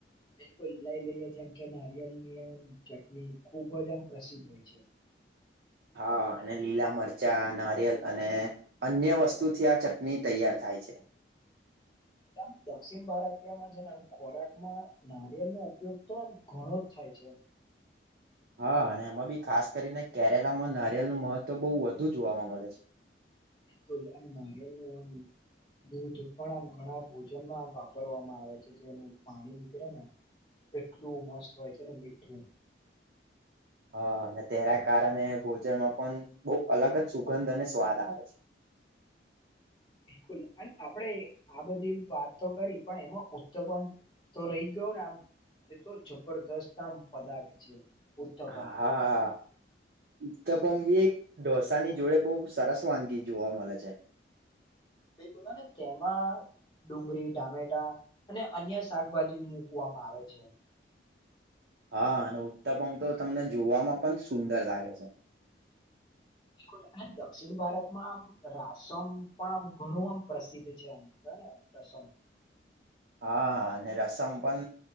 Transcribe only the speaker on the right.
હા અને લીલા મરચાં, નારિયેલ અને અન્ય વસ્તુથી આ ચટની તૈયાર થાય છે.
હા અને એમાં બી ખાસ કરીને કેરેલામાં નારિયલનું મહત્વ બહુ વધુ જોવામાં મલે છે.
હહ ને તેના કારણે ભોજનમાં પન બહુ અલગ જ સુગંધ અને સ્વાદ આવે છે.
હ હા હા ઉત્પમ બી એક ઢોસાની જોડે બહુ સરસ વાનગી જોવા મલે છે.
હા અને ઉત્તપમ તો તમને જોવામાં પણ સુંદર લાગે છે.
હા અને રસમ પન